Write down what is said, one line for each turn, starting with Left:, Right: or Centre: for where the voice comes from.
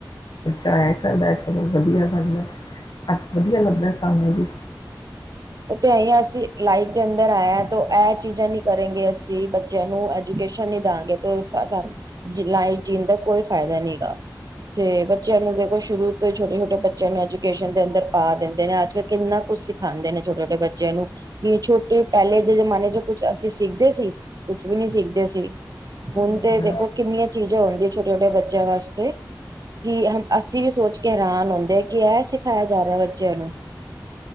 Left: ਐ ਕਰਦਾ ਚਲੋ ਵਧੀਆ ਕਰਦਾ। ਅੱਛਾ ਵਧੀਆ ਲੱਗਦਾ ਸਾਨੂੰ ਵੀ
Right: ਉੱਥੇ ਆਈ ਆ ਅਸੀਂ ਲਾਈਫ ਦੇ ਅੰਦਰ ਆਏ ਹਾਂ ਤੇ ਇਹ ਚੀਜ਼ਾਂ ਨੀ ਕਰੇਗੇ ਅਸੀਂ ਬੱਚਿਆਂ ਨੂੰ ਐਜੂਕੇਸ਼ਨ ਨੀ ਦਾਆਂਗੇ ਤੇ ਸਾਨੂੰ ਲਾਈਫ ਜੀਣ ਦਾ ਕੋਈ ਫਾਇਦਾ ਨੀ ਗਾ ਤੇ ਬੱਚਿਆਂ ਨੂੰ ਦੇਖੋ ਸ਼ੁਰੂ ਤੋਂ ਛੋਟੇ ਛੋਟੇ ਬੱਚਿਆਂ ਨੂੰ ਐਜੂਕੇਸ਼ਨ ਦੇ ਅੰਦਰ ਪਾ ਦਿੰਦੇ ਨੇ ਅੱਜ ਕੱਲ ਕਿੰਨਾ ਕੁਝ ਸਿਖਾਉਂਦੇ ਨੇ ਛੋਟੇ-ਛੋਟੇ ਬੱਚਿਆਂ ਨੂੰ ਬੀ ਛੋਟੀ ਪਹਿਲੇ ਜੇ ਜ਼ਮਾਨੇ ਚ ਕੁਛ ਅਸੀ ਸਿੱਖਦੇ ਸੀ? ਕੁਛ ਵੀ ਨੀ ਸਿੱਖਦੇ ਸੀ।
Left: ਸਹੀ
Right: ਹੁਣ
Left: ਗੱਲ
Right: ਤੇ ਦੇਖੋ
Left: ਹੈ
Right: ਕਿੰਨੀਆਂ ਚੀਜ਼ਾਂ ਹੋਂਦੀਆਂ ਛੋਟੇ-ਛੋਟੇ ਬੱਚਿਆਂ ਵਾਸਤੇ ਕਿ ਅਹੰ ਅਸੀ ਵੀ ਸੋਚ ਕੇ ਹੈਰਾਨ ਹੁੰਦੇ ਐ ਕਿ ਇਹ ਸਿਖਾਇਆ ਜਾ ਰਿਹੈ। ਜਨਾ।